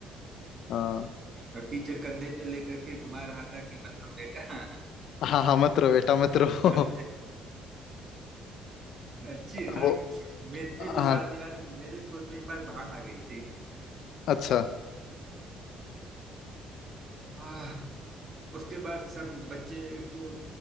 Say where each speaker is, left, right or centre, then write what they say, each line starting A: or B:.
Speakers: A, on the left; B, on the right.
A: हाँ
B: और टीचर कंधे पे लेकर के घुमा रहा था कि मत रो बेटा <laughs>
A: हाँ हाँ मत रो बेटा मत रो हाँ
B: अरे अच्छी है ना
A: वो
B: मेरे भी
A: हाँ
B: साथ यार मेरे स्कूल में एक बार बाढ़ आ गई
A: अच्छा
B: थी उसके बाद सब बच्चे एक तो